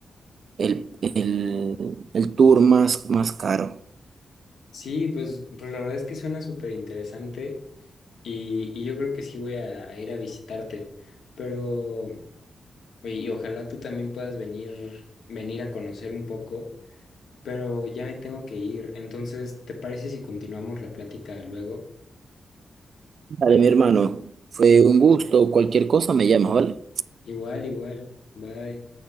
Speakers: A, on the right; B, on the left.
A: el, el, el tour más, más caro.
B: Sí, pues, pues la verdad es que suena súper interesante y, y yo creo que sí voy a, a ir a visitarte. Pero, y, y ojalá tú también puedas venir, venir a conocer un poco, pero ya me tengo que ir. Entonces, ¿te parece si continuamos la plática luego?
A: Vale, mi hermano, fue un gusto. Cualquier cosa me llamas, ¿vale?
B: Igual, igual. Bye.